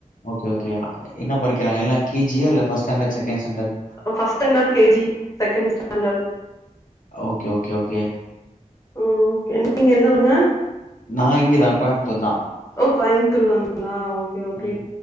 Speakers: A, on the left; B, on the left.
A: ஓகே ஓகேயா என்ன படிக்கறாங்க எல்லா கே ஜியா இல்ல ஃபஸ் ஸ்டாண்டர்ட் செகண்ட் ஸ்டாண்டர்ட்
B: அ first standard K G second standard
A: okay, okay, okay.
B: ம் ஓகே நீங்க எந்த ஊருங்க
A: நா இங்கதா கோயம்புத்தூர் தா
B: ஓ கோயமுத்தூர் தாங்களா ஓகே ஓகே
A: ம்.